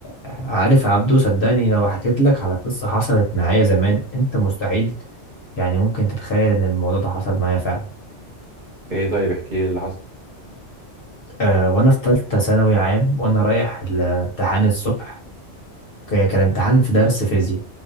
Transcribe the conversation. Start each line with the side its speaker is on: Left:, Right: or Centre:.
Left: عارف يا عبدو صدقني لو حكيت لك على قصة حصلت معايا زمان انت مستحيل يعني ممكن تتخيل ان الموضوع ده حصل معايا فعلا
Right: في ايه طيب احكي لي اللي حصل
Left: أه وانا في تالتة ثانوي عام وانا رايح الامتحان الصبح ك- كان امتحان في درس فيزياء